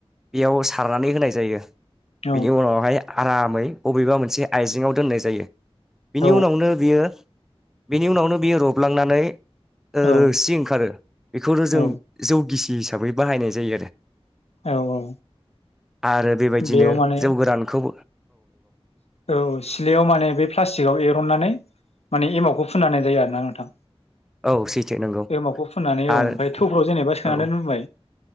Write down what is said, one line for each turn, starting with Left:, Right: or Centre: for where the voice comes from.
Centre: बेयाव सारनानै होनाय जायो
Left: औ
Centre: बेनि उनावहाय आरामै बबेबा मोनसे आइजेेंआव दोननाय जायो बिनि
Left: औ
Centre: उनावनो बियो बिनि उनावनो बियो रबलांनानै
Left: औ
Centre: रोसि ओंखारो बेखौनो
Left: औ
Centre: जों जौगिसि हिसाबै बाहायनाय जायो आरो
Left: औ औ
Centre: आरो बेबायदिनो
Left: बेयाव माने
Centre: जौ गोरानखौ
Left: औ सिलायाव माने बे प्लास्टिकआव एरननानै माने एमाव खौ फुननानै जायो आरोना नोंथां
Centre: औ सैथो नंगौ
Left: बेमाखौ फुननानै औ
Centre: आरो
Left: ओमफ्राय थौफ्राव जेनेबा सोनानै
Centre: औ
Left: रुबबाय